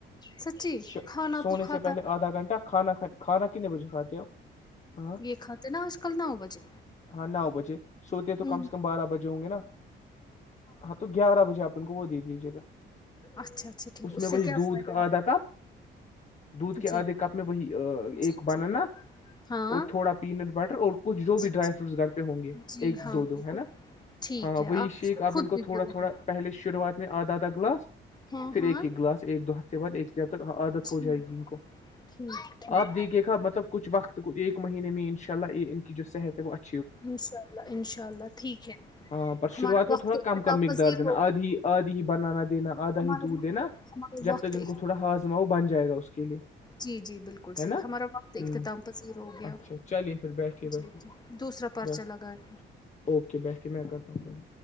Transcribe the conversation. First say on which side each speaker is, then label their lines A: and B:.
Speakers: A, on the left (about 20°); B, on the left (about 35°).
A: سچی
B: اس
A: کھانا
B: سونے
A: تو کھاتا
B: سے پہلے آدھا گھنٹہ کھاناھ کھانا کتنے بجے کھاتے ہو ہاں
A: یہ کھاتے نا آج کل نو بجے
B: ہاں نو بجے سوتے تو
A: ہوں
B: کم سے کم بارہ بجے ہوں گے نا ہاں تو گیارہ بجے آپ ان کو وہ دے دیجیے گا
A: اچھا اچھا ٹھیک
B: اس میں
A: سے
B: وہی
A: کیا
B: دودھ
A: فائدہ
B: کا آدھا کپ
A: ہے
B: دودھ کے
A: جی
B: آدھے کپ میں وہی
A: جی
B: ایک
A: جی
B: بنانا
A: ہاں
B: اور تھوڑا پیینٹ بٹر اور کچھ جو
A: جی
B: بھی ڈرائی
A: جی
B: فروٹس گھر پہ ہوں گے
A: جی
B: ایک
A: ہاں
B: دو
A: بالکل
B: ہے نا
A: ٹھیک
B: ہاں
A: ہے
B: وہی شیخ
A: اس
B: آپ
A: خود
B: ان کو
A: بھی
B: تھوڑا
A: بولے
B: تھوڑا پہلے شروعات میں آدھا آدھا گلاس
A: ہاں
B: پھر
A: ہاں
B: ایک ایک گلاس ایک دو ہفتے بعد ایک جب تک عادت
A: ٹھیک
B: ہو جائے گی ان کو
A: ٹھیک ٹھیک
B: آپ دیکھیے گا مطلب کچھ وقت ایک مہینے میں ان شاء اللہ یہ ان کی جو صحت ہے وہ اچ
A: انشاء اللہ انشاء اللہ ٹھیک ہے
B: ہاں پر
A: ہمارا
B: شروعات
A: وقت
B: میں تھوڑا
A: اختتاب
B: کم کم مقدار
A: پذیر
B: دینا
A: ہوگا
B: آدھی آدھی ہی بنانا دینا آدھا
A: ہمارا
B: ہی دودھ
A: وقت
B: دینا جب
A: وقت
B: تک
A: <unintelligible>
B: کو تھوڑا ہاضما وہ بن جائے گا اس کے لیے
A: جی جی بالکل
B: ہے
A: صحیح
B: نا
A: ہمارا وقت
B: ہ
A: اختتام پذیر ہو گیا
B: اچھا چلیے پھر بیٹھیے بیٹھیے
A: جی دوسرا پرچہ
B: بیٹھ
A: لگایا
B: اوکے بیٹھے میں کرتا ہوں بند